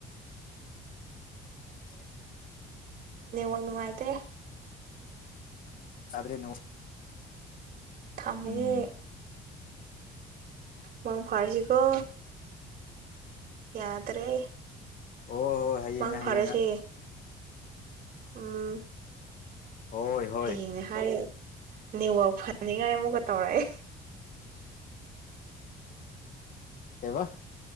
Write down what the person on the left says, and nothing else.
<unintelligible>
<unintelligible>
ꯎꯝ
ꯍꯣꯏ ꯍꯣꯏ ꯍꯌꯦꯡꯅ
ꯍꯌꯦꯡꯅ
ꯍꯣꯏ ꯍꯣꯏ
ꯀꯩꯕ